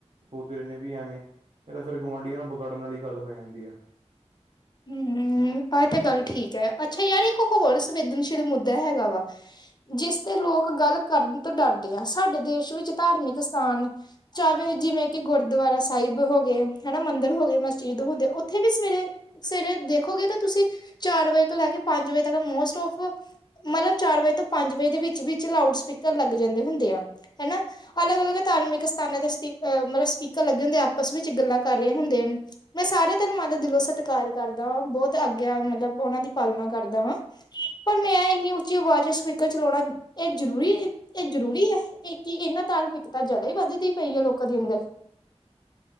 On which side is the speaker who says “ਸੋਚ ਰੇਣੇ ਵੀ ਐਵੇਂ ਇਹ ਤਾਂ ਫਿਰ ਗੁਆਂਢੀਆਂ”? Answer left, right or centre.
Right